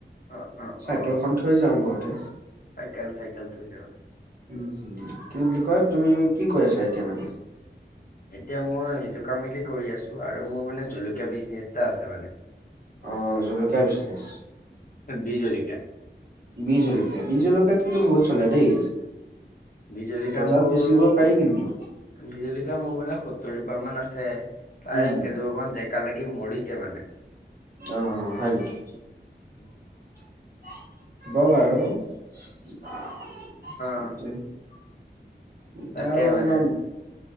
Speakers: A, on the left; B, on the right.
A: অ অ
B: চাইকেলখন
A: অ
B: থৈ যাও ঘৰতে
A: চাইকেল চাইকেল থৈ যাবা
B: উ কি বুলি কয় তুমি কি কৈ আছা এতিয়া মানে
A: এতিয়া মই সেইটো কামকে কৰি আছো আৰু মোৰ মানে জলকীয়া বিজনেচ এটা আছে মানে
B: অ জলকীয়া বিজনেছ
A: বিহ জলকীয়া
B: বিহ জলকীয়া বিহ জলকীয়া কিন্তু বহুত চলে দেই
A: বিহ জলকীয়া
B: বজাৰত
A: মোৰ
B: বেচিব
A: সত
B: পাৰি কিন্তু
A: বিহ জলকীয়া মোৰ মানে সত্তৰ জোপা মান আছে তাই
B: উম
A: কেইজোপামান জেকা লাগি মৰিছে মানে
B: অ হয় নেকি
A: <unintelligible>
B: <unintelligible>
A: অ
B: এতিয়া
A: তাকে
B: অকমান
A: মানে